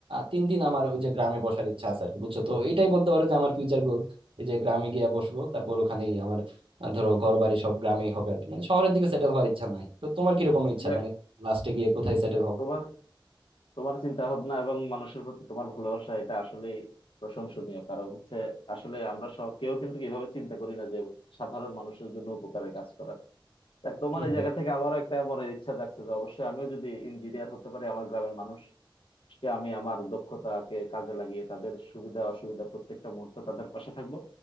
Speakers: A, on the right; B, on the left.
A: তিন দিন আমার ওই যে গ্রামে বসার ইচ্ছা আছে আর কি বুঝছো তো এটাই বলতে পারো যে আমার ফিউচার গোল এই যে গ্রামে গিয়ে বসবো তারপর ওখানেই আমার আহ, ধরো ঘর বাড়ি সব গ্রামেই হবে আর কি মানে শহরের দিকে সেটেল হওয়ার ইচ্ছা নাই তো তোমার কিরকম ইচ্ছা
B: যাক
A: মানে লাস্টে গিয়ে কোথায় সেটেল হবে
B: তোমার তোমার চিন্তা ভাবনা এবং মানুষের প্রতি তোমার ভালোবাসা এটা আসলেই প্রশংসনীয় কারণ হচ্ছে আসলে আমরা সব কেউ কিন্তু এভাবে চিন্তা করি না যে সাধারণ মানুষের জন্য উপকারে কাজ করা দেখ তোমার
A: হম
B: এই জায়গা থেকে আমারও একটা মনের ইচ্ছা জাগছে যে অবশ্যই আমিও যদি ইঞ্জিনিয়ার হতে পারি আমার গ্রামের মানুষকে আমি আমার দক্ষতাকে কাজে লাগিয়ে তাদের সুবিধা অসুবিধা প্রত্যেকটা মুহূর্তে তাদের পাশে থাকবো